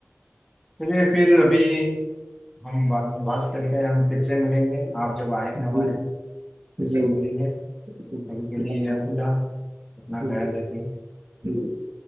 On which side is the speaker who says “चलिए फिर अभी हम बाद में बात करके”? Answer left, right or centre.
Centre